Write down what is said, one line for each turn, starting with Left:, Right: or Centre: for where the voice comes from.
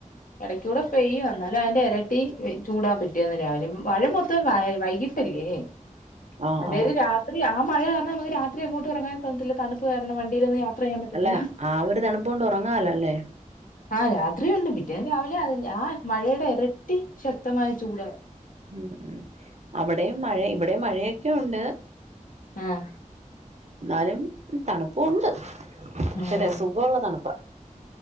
Left: ഇടയ്ക്ക കൂടെ പെയ്യ എന്നാലും അതിന്റെ ട്ടി ചൂടാ കിട്ടിയത് രാവിലെ മഴ മൊത്ത വൈകിട്ടല്ലേ
Right: ആഹ്
Left: അല്ലേലും
Right: ആഹ്
Left: രാത്രി അഹം മഴ കാരണം നമക്ക് രാത്രി അങ്ങോട്ട് ഇറങ്ങാൻതോന്നതില്ല തണുപ്പ് കാരണം വണ്ടീലൊന്നും യാത്ര ചെയ്യാൻ പറ്റത്തില്ല
Right: അല്ല ആ ഒരു തണുപ്പ കൊണ്ട് ഉറങ്ങാലോ അല്ലേ
Left: ആഹ് രാത്രിയുണ്ട് പിറ്റേന്ന് രാവിലെ അതിന്റെ ആ മഴയുടെ ഇരട്ടി ശക്തമായ ചൂട്
Right: ഉം ഉ അവിടെയും മഴ ഇവിടെ മഴയ ഒക്കെ ഉണ്ട്
Left: ആഹ
Right: എന്നാലും തണുപ്പുണ്ട് പക്ഷേല്ലേ
Left: ഉം
Right: സുഖമുള്ള തണുപ്പാ <inaudible>